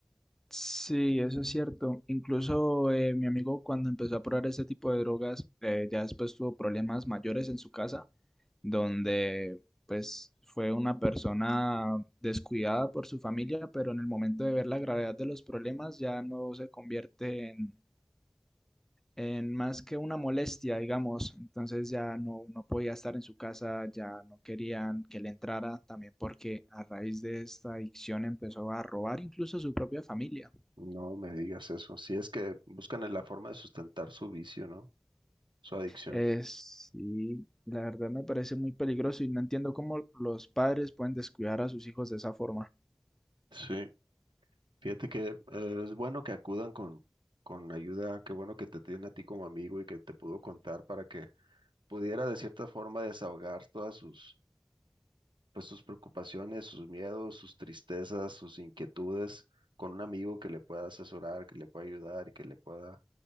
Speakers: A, in the centre; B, on the right.
A: Sí, eso es cierto. Incluso eh, mi amigo cuando empezó a probar ese tipo de drogas, eh, ya después tuvo problemas mayores en su casa, donde pues fue una persona descuidada por su familia, pero en el momento de ver la gravedad de los problemas ya no se convierte en en más que una molestia, digamos, entonces ya no, no podía estar en su casa, ya no querían que le entrara, también porque a raíz de esta adicción empezó a robar incluso a su propia familia.
B: No me digas eso. Si es que buscan en la forma de sustentar su vicio, ¿no? Su adicción.
A: Eh, sí, la verdad me parece muy peligroso y no entiendo cómo los padres pueden descuidar a sus hijos de esa forma.
B: Sí. Fíjate que eh, es bueno que acudan con, con ayuda. Qué bueno que te tienen a ti como amigo y que te pudo contar para que pudiera de cierta forma desahogar todas sus, pues, sus preocupaciones, sus miedos, sus tristezas, sus inquietudes con un amigo que le pueda asesorar, que le pueda ayudar y que le pueda